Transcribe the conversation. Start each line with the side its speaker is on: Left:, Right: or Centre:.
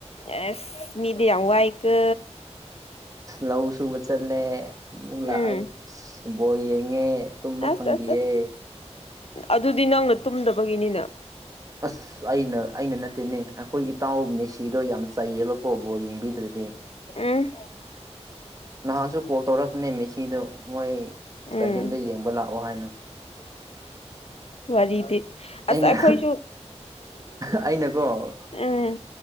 Left: ꯑꯦꯁ ꯃꯤꯗꯤ ꯌꯥꯝ ꯋꯥꯏꯀꯣ
Right: ꯂꯧ ꯁꯨꯕ ꯆꯠꯂꯦ ꯑꯃꯨꯛ ꯂꯥꯛꯑꯒ
Left: ꯎꯝ
Right: ꯕꯣꯜ ꯌꯦꯡꯉꯦ ꯇꯨꯝꯕ
Left: ꯑꯁ
Right: ꯐꯪꯗꯤꯌꯦ
Left: ꯑꯁ ꯑꯁ ꯑꯗꯨꯗꯤ ꯅꯪꯅ ꯇꯨꯝꯗꯕꯒꯤꯅꯤꯅ
Right: ꯑꯁ ꯑꯩꯅ ꯑꯩꯅ ꯅꯠꯇꯦꯅꯦ ꯑꯩꯈꯣꯏ ꯏꯇꯥꯎ ꯃꯦꯁꯤꯗꯣ ꯌꯥꯝ ꯆꯩꯌꯦꯕꯀꯣ ꯕꯣꯜ ꯌꯦꯡꯕꯤꯗ꯭ꯔꯗꯤ
Left: ꯎꯝ
Right: ꯅꯍꯥꯟꯁꯨ ꯀꯣꯜ ꯇꯧꯔꯛꯄꯅꯦ ꯃꯦꯁꯤꯗ ꯃꯣꯏ ꯏꯁꯇꯥꯗꯤꯌꯝꯗ
Left: ꯎꯝ
Right: ꯌꯦꯡꯕ ꯂꯥꯛꯑꯣ ꯍꯥꯏꯅ
Left: ꯋꯥꯔꯤꯗꯤ
Right: ꯑꯩꯅ
Left: ꯑꯁ ꯑꯩꯈꯣꯏꯁꯨ
Right: ꯑꯩꯅꯀꯣ
Left: ꯎꯝ